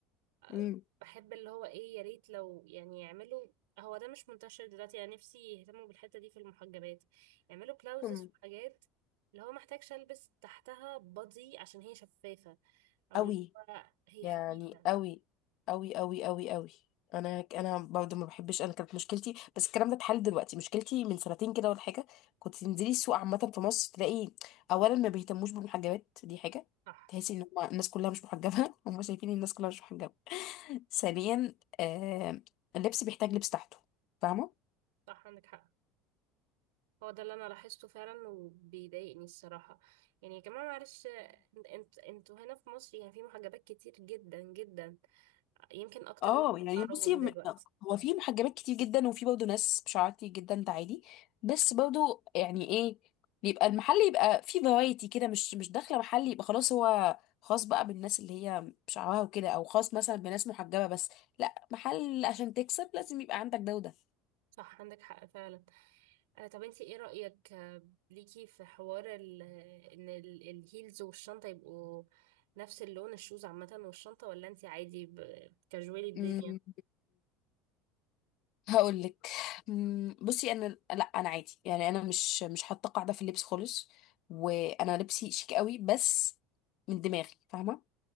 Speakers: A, on the right (about 85°); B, on the left (about 50°).
A: أه،
B: امم
A: بحب اللي هو ايه يا ريت لو يعني يعملوا هو ده مش منتشر دلوقتي يعني نفسي يهتموا بالحتة دي في المحجبات يعملوا بلاوزز
B: مم.
A: وحاجات اللي هو محتاجش البس تحتها بادي عشان هي شفافة او
B: قوي
A: اللي هو هي
B: يعني
A: خفيفة
B: قوي قوي قوي قوي قوي انا انا برضه ما بحبش انا كانت مشكلتي بس الكلام ده اتحل دلوقتي مشكلتي من سنتين كده ولا حاجه كنت تنزلي السوق عامه في مصر تلاقي اولا ما بيهتموش بالمحجبات دي حاجه
A: صح
B: تحسي ان هم الناس كلها مش محجبه <laughs> هم شايفين الناس كلها مش محجبه <laughs> ثانيا آه اللبس بيحتاج لبس تحته فاهمه
A: صح عندك حق هو ده اللي انا لاحظته فعلا وبيضايقني الصراحه يعني يا جماعه معلش انت انت- انتوا هنا في مصر يعني في محجبات كتير جدا جدا يمكن اكتر
B: اه
A: من
B: يعني
A: شعرهم
B: بصي م-
A: دلوقتي
B: هو في محجبات كتير جدا وفي برضه ناس بشعر كتير جدا ده عادي بس برضه يعني ايه بيبقى المحل يبقى فيه فرايتي كده مش مش داخله محل يبقى خلاص هو خاص بقى بالناس اللي هي بشعرها وكده او خاص مثلا بناس محجبه بس لا محل عشان تكسب لازم يبقى عندك ده وده
A: صح عندك حق فعلا آه طب انتي ايه رايك آه، ليكي في حوار ال ان ال- الهيلز والشنطه يبقوا نفس اللون الشوز عامه والشنطه ولا انتي عادي ب- كاجوالي الدنيا
B: أمم، هقول لك أمم، بصي انا لا انا عادي يعني انا مش مش حاطه قاعده في اللبس خالص وانا لبسي شيك قوي بس من دماغي فاهمه